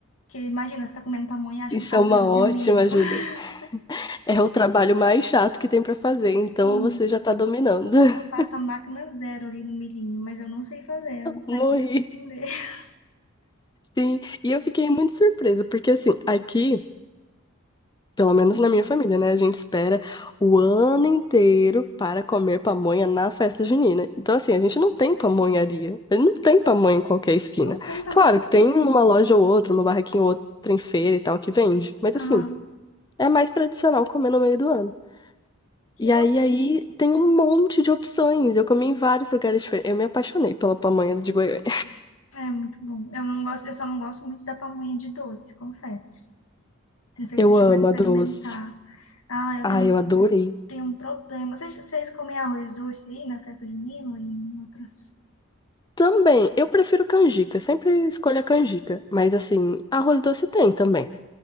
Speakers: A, on the left (about 75°); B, on the left (about 20°).
A: Porque imagina, você tá comendo pamonha e acha
B: Isso
A: um cabelo
B: é uma ótima
A: de milho.
B: ajuda.
A: <laughs>
B: É o trabalho mais chato que tem pra fazer, então
A: Sim,
B: você já tá dominando. <laughs>
A: eu passo a máquina zero ali no milhinho, mas eu não sei fazer, eu gostaria
B: Morri.
A: de aprender. <laughs>
B: Sim, e eu fiquei muito surpresa, porque assim, aqui, pelo menos
A: Hum.
B: na minha família, né, a gente espera o ano inteiro para comer pamonha na festa junina. Então, assim, a gente não tem pamonharia, a gente não tem pamonha em qualquer esquina.
A: Não tem pamonharia.
B: Claro que tem uma loja ou outra, uma barraquinha ou outra em feira e tal que vende, mas
A: Aham,
B: assim, é mais tradicional comer no meio do ano.
A: que
B: E
A: louco.
B: aí, aí tem um monte de opções. Eu comi em vários lugares diferentes. Eu me apaixonei pela pamonha de Goiânia.
A: É muito bom. Eu não gosto, eu só não gosto muito da pamonha de doce, confesso. Não sei
B: Eu
A: se você chegou
B: amo
A: a experimentar.
B: a doce.
A: Ah, eu
B: Ai,
A: tenho,
B: eu adorei.
A: tenho um problema. Vocês, vocês comem arroz doce aí na festa junina e em outros?
B: Também, eu prefiro canjica, sempre escolho a canjica. Mas assim, arroz doce tem também.